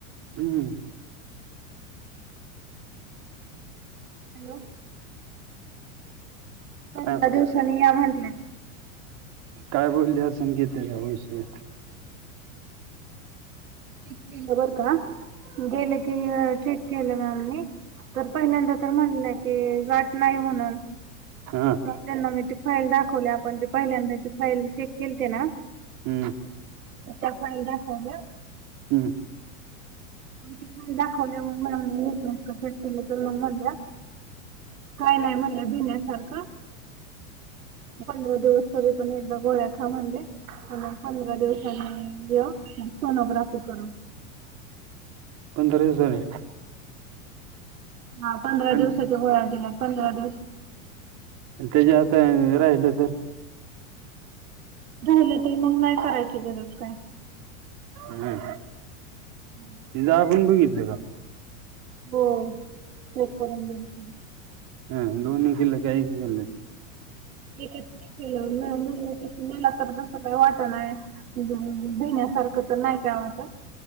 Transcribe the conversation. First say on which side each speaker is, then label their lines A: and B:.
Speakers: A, on the right; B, on the right.
A: ह्म.
B: हॅलो? पंधरा
A: काय
B: दिवसांनी या म्हंटल्यात.
A: काय बोलले असेन की <unintelligible> तेच्यावर विषय.
B: चेक केलं बरं का, गेलं की चेक केलं मॅमनी. तर पहिल्यांदा तर म्हटल्या की, गांठ नाही म्हणून.
A: हा
B: त्यांना मी ते फाईल दाखवली, आपण ते पहिल्यांदाची फाईल चेक केलती ना?
A: हम्म.
B: त्या फाईल दाखवल्या.
A: हम्म.
B: मग ते फाईल दाखवले मग मला नेट <unintelligible> नास कसच केलं तर मग म्हणल्या. काय नाई म्हणल्या भिण्यासारखं. पंधरा दिवस तरी पण एकदा गोळ्या खा म्हणल्या. अजून पंधरा दिवसानी या मग सोनोग्राफी करू.
A: पंधरा दिवसांनी?
B: हां पंधरा
A: आणि
B: दिवसाच्या गोळ्या दिल्यात, पंधरा दिवस
A: त्याच्या आता राहिलं तर?
B: राहिलंत मग नाही करायची गरज काई.
A: हम्म.
B: हम्म. <inaudible>
A: ते दाबून बघितलं का?
B: हो चेक करून बघितलं.
A: हम्म, दोन्ही केलं का एक केलं?
B: एक केलं म मला तर तस काही वाट नाय भीण्यासारखं तर नाही काय वाटत,